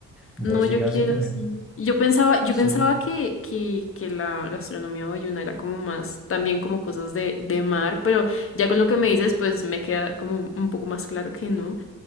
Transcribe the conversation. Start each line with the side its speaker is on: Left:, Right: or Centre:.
Centre: vos
Left: No, yo
Centre: llegas
Left: quiero,
Centre: y te metes,
Left: sí. Yo pensaba, yo
Centre: sí,
Left: pensaba que, que, que la gastronomía bayuna era como más, también como cosas de, de mar, pero ya con lo que me dices, pues me queda como un poco más claro que no.